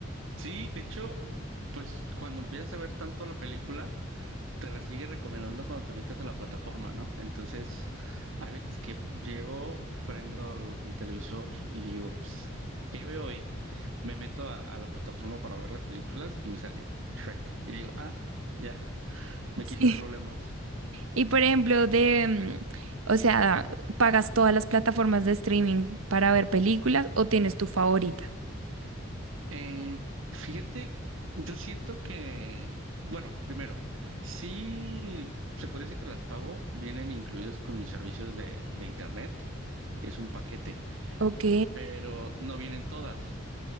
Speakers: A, on the right; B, on the right.
A: Sí, de hecho, pues cuando empiezas a ver tanto la película, te la sigue recomendando cuando te metes a la plataforma, ¿no? Entonces, hay veces que llego, prendo el, el televisor y digo, pues, ¿qué veo hoy? Me meto a, a la plataforma para ver las películas y me sale Shrek. Y digo, ah, ya, me
B: Sí.
A: quito de problemas.
B: Y por ejemplo, de, mm, o sea, ¿pagas todas las plataformas de streaming para ver películas o tienes tu favorita?
A: Eh, fíjate, yo siento que, bueno, primero, sí, se puede decir que las pago, vienen incluidas con mis servicios de, de internet. Es un paquete,
B: Ok.
A: pero no vienen todas.